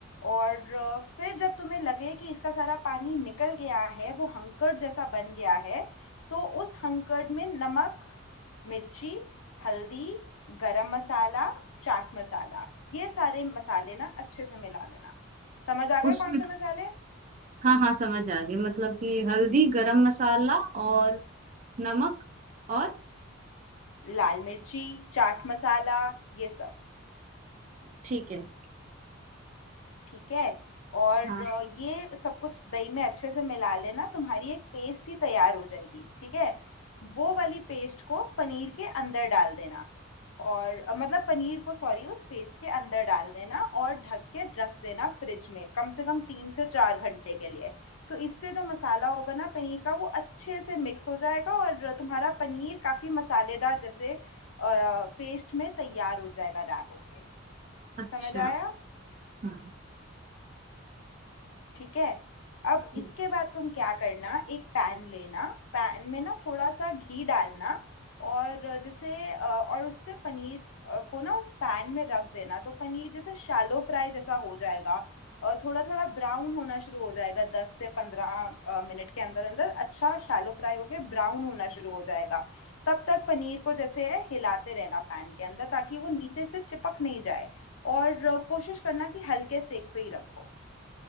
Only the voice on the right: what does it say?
उसमें
हाँ हाँ समझ आ गई मतलब कि हल्दी गरम मसाला और नमक और
ठीक है
हाँ
अच्छा
हाँ
ठीक।